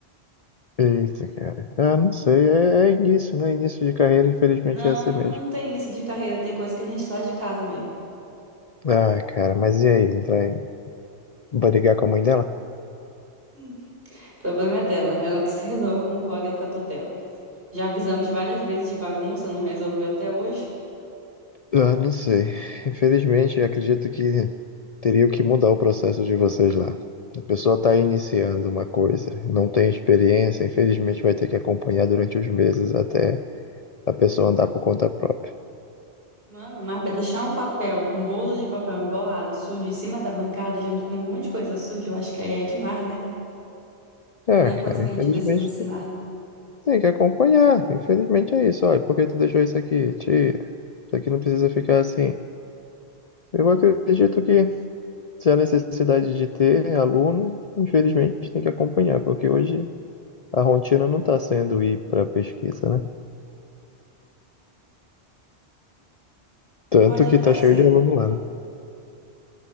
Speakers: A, on the left; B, on the right.
A: eita, cara. Ah, não sei. É, é início, né? Início de carreira, infelizmente
B: Não,
A: é assim
B: não
A: mesmo.
B: tem início de carreira, tem coisa que a gente faz de casa mesmo.
A: Ah, cara, mas e aí? Vai brigar com a mãe dela?
B: Hum. O problema é dela, ela que <laughs> se resolve com o orientador dela. Já avisamos várias vezes de bagunça, não resolveu até hoje.
A: Ah, não sei. Infelizmente, acredito que teria que mudar o processo de vocês lá. A pessoa está iniciando uma coisa, não tem experiência, infelizmente vai ter que acompanhar durante os meses até a pessoa andar por conta própria.
B: Mano, mas pra deixar um papel, um bolo de papel embolado, sujo, em cima da bancada, junto com um monte de coisa suja, eu acho que aí é demais, né?
A: Ah,
B: Não é
A: cara,
B: coisa que a
A: infelizmente
B: gente precisa ensinar.
A: tem tem que acompanhar. Infelizmente é isso. Olha, por que tu deixou isso aqui? Tira. Isso aqui não precisa ficar assim. Eu acredito que se há necessidade de ter aluno, infelizmente tem que acompanhar, porque hoje. A rotina não está sendo ir para pesquisa, né? Tanto
B: Pode até
A: que tá
B: ser.
A: cheio de aluno lá, né?